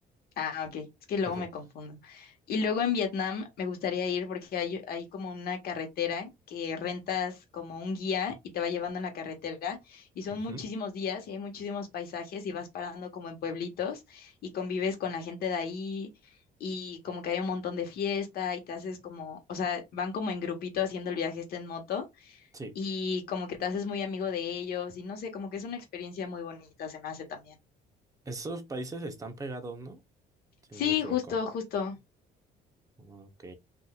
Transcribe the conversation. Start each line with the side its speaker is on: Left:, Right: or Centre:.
Left: Ah, ok, es que luego
Right: <laughs>
Left: me confundo. Y luego en Vietnam me gustaría ir porque hay, hay como una carretera que rentas como un guía y te va llevando en la carretera y son
Right: Ujú,
Left: muchísimos días y hay muchísimos paisajes y vas parando como en pueblitos y convives con la gente de ahí y como que hay un montón de fiesta y te haces como, o sea, van como en grupito haciendo el viaje este en moto
Right: Sí,
Left: y como que te haces muy amigo de ellos y no sé, como que es una experiencia muy bonita, se me hace también.
Right: esos países están pegados, ¿no? Si
Left: Sí,
Right: no me equivoco.
Left: justo,
Right: Ah,
Left: justo.
Right: Ok,